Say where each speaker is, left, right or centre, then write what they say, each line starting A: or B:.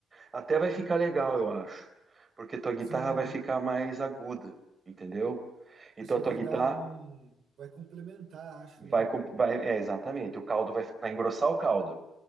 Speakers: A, on the right; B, on the right.
A: Até vai ficar legal, eu acho, porque tua guitarra
B: Sim,
A: vai ficar mais aguda, entendeu? Então
B: Acho que
A: a tua
B: vai
A: guitarra
B: dar um. Vai complementar, acho, né?
A: vai, com- vai, é exatamente, o caldo vai, vai engrossar o caldo,